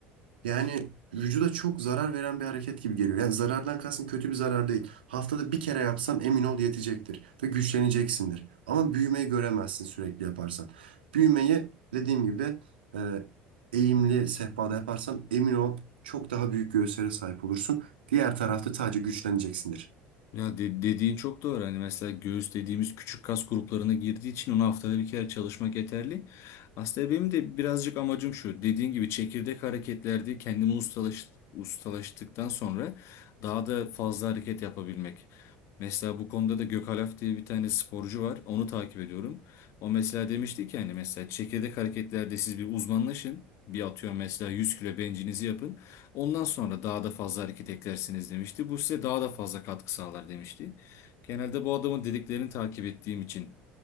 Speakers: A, on the right; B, on the left.
A: yani vücuda çok zarar veren bir hareket gibi geliyor. Yani zarardan kastım kötü bir zarar değil. Haftada bir kere yapsan emin ol yetecektir ve güçleneceksindir. Ama büyümeyi göremezsin sürekli yaparsan. Büyümeyi dediğim gibi e, eğimli sehpada yaparsan emin ol çok daha büyük göğüslere sahip olursun. Diğer tarafta sadece güçleneceksindir.
B: Ya de- dediğin çok doğru. Hani mesela göğüs dediğimiz küçük kas gruplarına girdiği için onu haftada bir kere çalışmak yeterli. Aslında benim de birazcık amacım şu. Dediğin gibi çekirdek hareketlerde kendimi ustalaş, ustalaştıktan sonra daha da fazla hareket yapabilmek. Mesela bu konuda da Gökalp diye bir tane sporcu var. Onu takip ediyorum. O mesela demişti ki hani mesela çekirdek hareketlerde siz bir uzmanlaşın. Bir atıyorum mesela 100 kilo bencinizi yapın. Ondan sonra daha da fazla hareket eklersiniz demişti. Bu size daha da fazla katkı sağlar demişti. Genelde bu adamın dediklerini takip ettiğim için